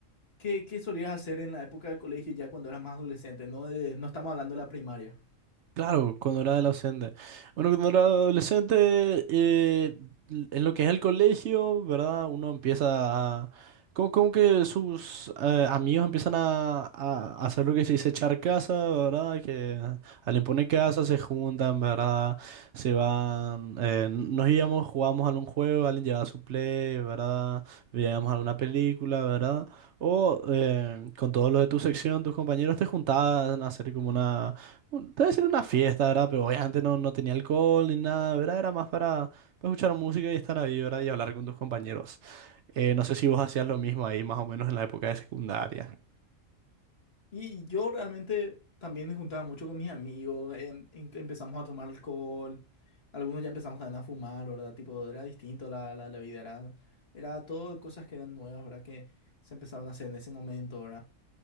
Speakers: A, on the left; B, on the right.
A: ¿qué, qué solías hacer en la época del colegio ya cuando eras más adolescente? No, de- no estamos hablando de la primaria.
B: Claro, cuando era adolescente. Bueno, cuando era adolescente, eh, l- en lo que es el colegio, ¿verdad? Uno empieza a... Como, como que sus eh, amigos empiezan a, a hacer lo que se dice echar casa, ¿verdad? Que al imponer casa se juntan, ¿verdad? Se van... eh, nos íbamos, jugábamos algún juego, alguien llevaba su play, ¿verdad? Veíamos alguna película, ¿verdad? O eh, con todos los de tu sección, tus compañeros te juntaban a hacer como una un- Debe ser una fiesta, ¿verdad? Pero obviamente no, no tenía alcohol ni nada, ¿verdad? Era más para, para escuchar música y estar ahí, ¿verdad? Y hablar con tus compañeros. Eh, no sé si vos hacías lo mismo ahí, más o menos en la época de secundaria.
A: Y yo realmente también me juntaba mucho con mis amigos, em- em- empezamos a tomar alcohol, algunos ya empezamos también a fumar, ¿verdad? Tipo, era distinto la, la, la vida, era, era todo cosas que eran nuevas, ¿verdad? Que se empezaron a hacer en ese momento, ¿verdad?